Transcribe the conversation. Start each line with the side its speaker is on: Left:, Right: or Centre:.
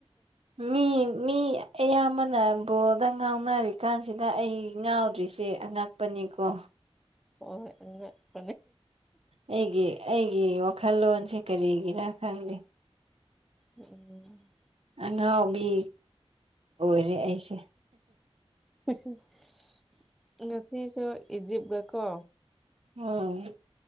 Right: ꯃꯤ ꯃꯤ ꯑꯌꯥꯝꯕꯅ ꯑꯗꯨꯅ ꯕꯣꯜꯗ ꯉꯥꯎꯅꯔꯤꯀꯥꯟꯁꯤꯗ ꯑꯩ ꯉꯥꯎꯗ꯭ꯔꯤꯁꯦ ꯑꯉꯛꯄꯅꯤꯀꯣ
Centre: ꯑꯣ ꯑꯣ
Right: ꯑꯩꯒꯤ ꯑꯩꯒꯤ ꯋꯥꯈꯜꯂꯣꯟꯁꯦ ꯀꯔꯤꯒꯤꯒꯤꯔ ꯈꯪꯗꯦ
Centre: ꯎꯝ
Right: ꯑꯉꯥꯎꯕꯤ ꯑꯣꯏꯔꯦ ꯑꯩꯁꯦ
Centre: ꯏꯍꯤꯍꯤ ꯉꯁꯤꯁꯨ ꯏꯖꯤꯞ ꯒ ꯀꯣ
Right: ꯎꯝ